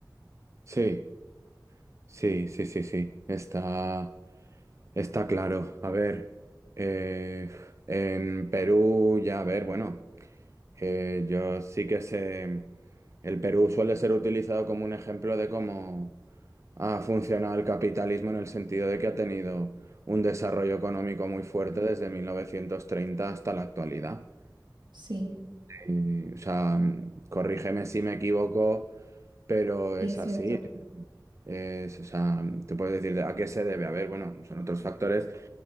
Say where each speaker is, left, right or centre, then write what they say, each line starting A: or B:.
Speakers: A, on the right; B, on the right.
A: Sí. Sí, sí, sí, sí. Está, está claro. A ver, eh, en Perú ya, a ver, bueno, eh, yo sí que sé, el Perú suele ser utilizado como un ejemplo de cómo ha funcionado el capitalismo en el sentido de que ha tenido un desarrollo económico muy fuerte desde 1930 hasta la actualidad.
B: Sí.
A: Y, o sea, corrígeme si me equivoco, pero
B: Sí,
A: es
B: es
A: así.
B: cierto.
A: Es, o sea, te puedes decir de- a qué se debe. A ver, bueno, son otros factores,